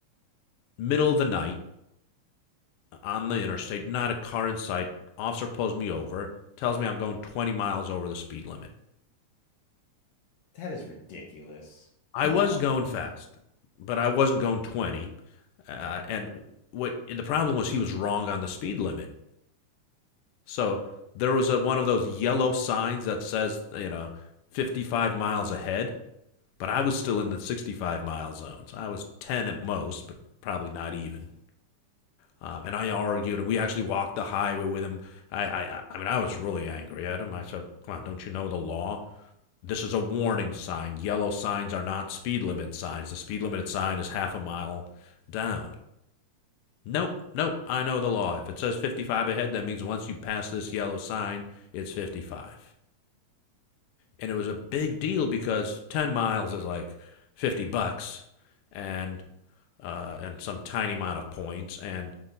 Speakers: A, on the left (about 80°); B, on the left (about 70°).
A: middle of the night, on the interstate, not a car in sight. Officer pulls me over, tells me I'm going 20 miles over the speed limit.
B: That is ridiculous.
A: I
B: Come
A: was
B: on.
A: going fast, but I wasn't going 20. Uh, and what the problem was, he was wrong on the speed limit. So there was a, one of those yellow signs that says, you know, 55 miles ahead, but I was still in the 65 mile zone. So I was 10 at most, but probably not even. Um, and I argued, and we actually walked the highway with him. I, I, I mean, I was really angry at him. I said, "Come on, don't you know the law? This is a warning sign. Yellow signs are not speed limit signs. The speed limit sign is half a mile down." Nope, nope. I know the law. If it says 55 ahead, that means once you pass this yellow sign, it's 55 and it was a big deal because 10 miles is like 50 bucks and uh, and some tiny amount of points and